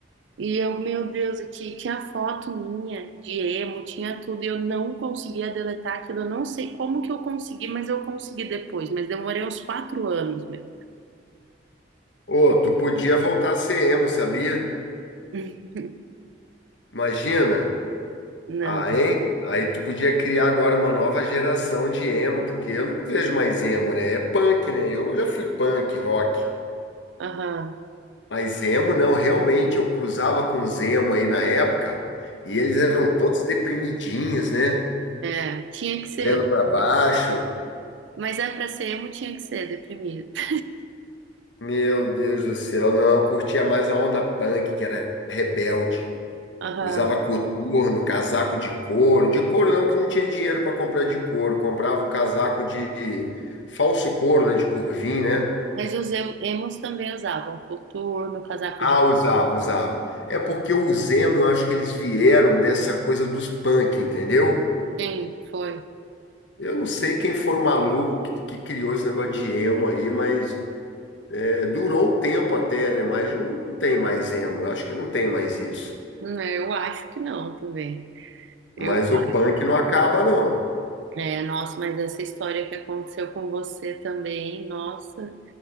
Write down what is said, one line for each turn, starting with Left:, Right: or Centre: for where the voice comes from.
Right: E eu, meu Deus, eu ti- tinha foto minha de emo, tinha tudo e eu não conseguia deletar aquilo. Eu não sei como que eu consegui, mas eu consegui depois. Mas demorei uns quatro anos, meu.
Left: Ô, tu podia voltar a ser emo, sabia?
Right: <laughs>
Left: Imagina.
Right: Não.
Left: Ah, hein? Aí tu podia criar agora uma nova geração de emo, porque eu não vejo mais emo, né? É punk, né? Eu já fui punk, rock.
Right: Aham.
Left: Mas emo não, realmente, eu cruzava com os emo aí na época e eles eram todos deprimidinhos, né?
Right: É, tinha que ser.
Left: Olhando pra baixo.
Right: Mas é pra ser emo tinha que ser deprimido. <laughs>
Left: Meu Deus do céu, não, eu curtia mais a onda punk, que era rebelde.
Right: Aham.
Left: Usava coturno, casaco de couro. De couro não, que não tinha dinheiro para comprar de couro. Comprava o casaco de falso couro, né? De corvim, né?
Right: Mas os em- emos também usavam coturno, casaco
Left: Ah,
Right: de pico.
Left: usava, usava. É porque o Zemo, eu acho que eles vieram dessa coisa dos punk, entendeu?
Right: Sim, foi.
Left: Eu não sei quem foi o maluco que, que criou esse negócio de emo aí, mas é, durou um tempo até, né? Mas não tem mais emo. Eu acho que não tem mais isso.
Right: Hum, Eu acho que não também. Eu
Left: Mas o
Right: acho.
Left: punk não acaba, não.
Right: É, nossa, mas essa história que aconteceu com você também, nossa,